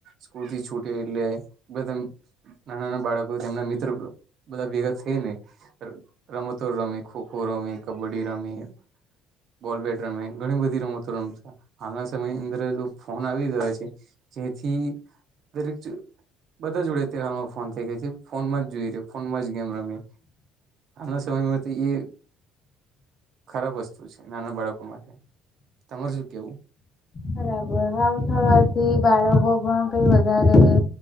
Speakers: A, on the right (about 55°); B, on the left (about 35°).
A: સ્કૂલથી છુટી એટલે બ નાના નાના બાળકો તેમના મિત્ર બધા ભેગા થઈ ને રમતો રમી ખોખો રમી કબડ્ડી રમી બોલ બેટ રમે ઘણી બધી રમતો રમતા હાલના સમયની અંદર ફોન આવી ગયો છે જેથી દરેક બધા જોડે તમાં ફોન થઇ ગયા છે ફોનમાં જ જોઈ ર ફોનમાં જ ગેમ રમ આના સમય માંથી ઈ ખરાબ વસ્તુ છે નાના બાળકો માટે તમાર શું કેવું
B: બરાબર આવું થવાથી બાળકો પણ કઈ વધારે